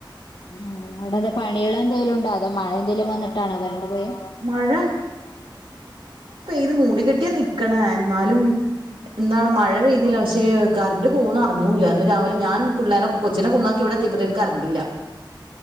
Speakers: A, on the left (about 85°); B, on the right (about 90°).
A: ആഹ് അവിടെ എന്താ പണികള് എന്തേലും ഉണ്ടോ അതോ മഴ എന്തേലും വന്നിട്ടാണോ കറന്റ്‌ പോയെ
B: മഴ ത് മൂടി കെട്ടിയ നിക്കണെ എന്നാലും എന്താണ് മഴ പെയ്തില്ല പക്ഷെ കരണ്ട് പോകുന്നർന്ന് പറഞ്ഞൂല ഇന്ന് രാവിലെ ഞാൻ പിള്ളേനെ
A: ഉം
B: കൊച്ചിനെ കുന്നാക്കി ഇവിടെ എത്തിയപ്പോഴത്തേക്കും കറണ്ടില്ല